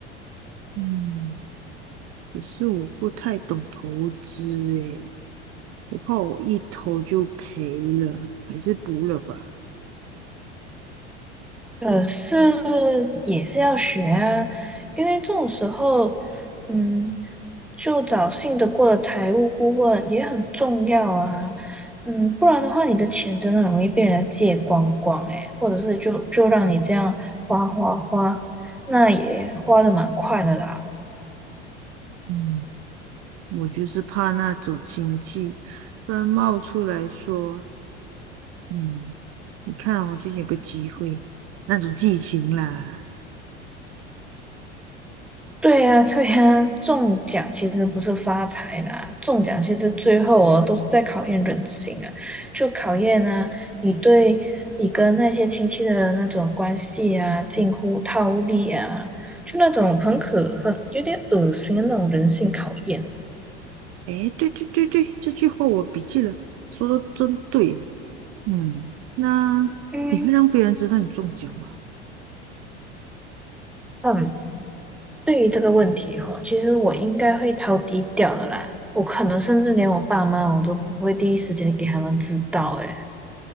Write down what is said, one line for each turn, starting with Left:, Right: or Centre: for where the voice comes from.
Right: 嗯，可是我不太懂投资诶，我怕我一投就赔了，还是不了吧。
Centre: 可是也是要学啊，因为这种时候，嗯，就找信得过的财务顾问也很重要啊，嗯，不然的话，你的钱真的很容易被人家借光光诶，或者是就就让你这样花花花，那也花的蛮快的啦。
Right: 嗯，我就是怕那种亲戚突然冒出来说，嗯，你看哦，最近有个机会，那种剧情啦。
Centre: 对呀，对呀，中奖其实不是发财啦，中奖其实最后哦都是在考验人性啊，就考验啊你对你跟那些亲戚的人那种关系啊，近乎套利啊，就那种很可恨、有点恶心的那种人性考验。
Right: 诶，对对对对，这句话我笔记了，说的真对。嗯，那你会让别人知道你中奖吗？
Centre: 嗯，嗯，对于这个问题哈，其实我应该会超低调的啦，我可能甚至连我爸妈我都不会第一时间给他们知道诶。